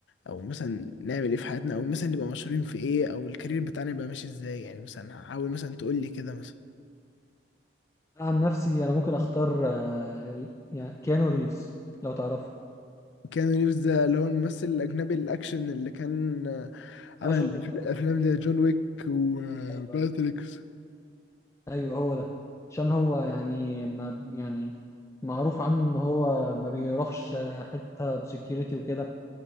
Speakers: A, on the left; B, on the left.
A: او مثلا نعمل ايه في حياتنا او مثلا نبقى مشهورين في ايه او الكارير بتاعنا يبقى ماشي ازاي يعني مثلا حاول مثلا تقول لي كده مثلا
B: أنا عن نفسي أنا ممكن أختار آه، يعني كيانو ريفز لو تعرفه
A: كيانو ريفز ده اللي هو الممثل الأجنبي الأكشن اللي كان عمل
B: أيوة
A: أفل- افلام زي جون ويك وماتريكس
B: أيوة ايوه هو ده عشان هو يعني ما يعني معروف عنه ان هو ما بيروحش حته بسكيورتي وكده